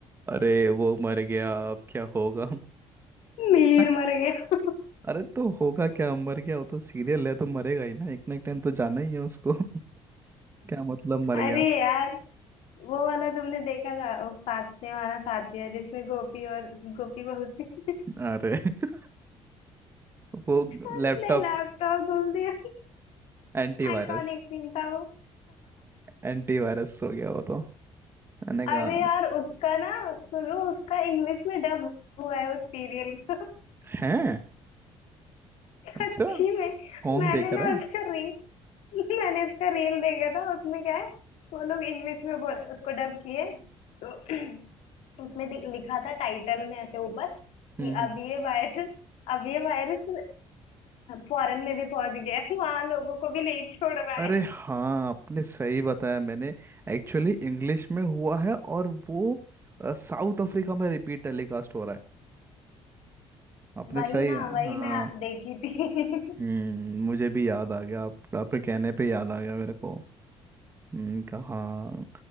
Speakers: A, on the right; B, on the left.
A: अरे वो मर गया अब क्या होगा
B: मीर
A: <laughs>
B: मर गया
A: अरे तो होगा क्या मर गया वो तो सीरियल है तो मरेगा ही ना एक ना एक टाइम तो जाना ही है उसको <laughs> क्या मतलब मर गया
B: अरे यार वो वाला तुमने देखा था वो साथ निभाना साथिया जिसमें गोपी और गोपी बहू थी
A: अरे <laughs> वो
B: उसने
A: लैपटॉप
B: लैपटॉप धुल दिया
A: एंटीवायरस
B: आइकॉनिक सीन था वो
A: एंटीवायरस हो गया वो तो मैंने
B: अरे
A: कहा
B: यार उसका ना सुनो उसका इंग्लिश में डब हुआ है उस सीरियल का <laughs>
A: हैं
B: सच्ची
A: अच्छा
B: में
A: कौन
B: मैंने
A: देख
B: ना
A: रहा है
B: उसका रील मैंने उसका रील देखा था उसमें क्या है वो लोग इंग्लिश में बोल उसको डब किए तो <clears throat> उसमें दि- लिखा था टाइटल में ऐसे ऊपर कि
A: हम्म हम्म।
B: अब ये वायरस अब ये वायरस फॉरेन में भी पहुंच गया है, वहां लोगों को भी नहीं छोड़ रहा
A: अरे
B: है
A: हाँ आपने सही बताया मैंने एक्चुअली इंग्लिश में हुआ है और वो अ, साउथ अफ्रीका में रिपीट टेलीकास्ट हो रहा है आपने
B: वही
A: सही
B: ना
A: हाँ
B: वही मैं देखी थी
A: हम्म
B: <laughs>
A: मुझे भी याद आ गया आप आपके कहने पे याद आ गया मेरे को हम्म कहाँ